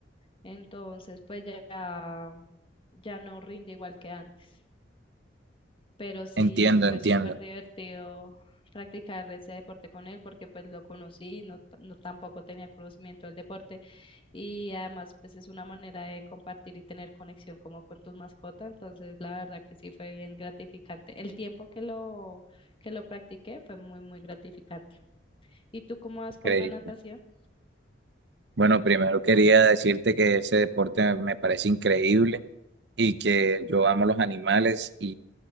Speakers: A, on the left; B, on the right.
A: Entonces, pues ya, ya no rinde igual que antes, pero sí
B: Entiendo,
A: fue
B: entiendo,
A: súper divertido practicar ese deporte con él porque pues lo conocí, no, t- no tampoco tenía conocimiento del deporte y además pues es una manera de compartir y tener conexión como con tus mascotas, entonces la verdad que sí fue bien gratificante. El tiempo que lo, que lo practiqué fue muy, muy gratificante. ¿Y tú cómo vas
B: increíble.
A: con la natación?
B: Bueno, primero quería decirte que ese deporte me me parece increíble y que yo amo los animales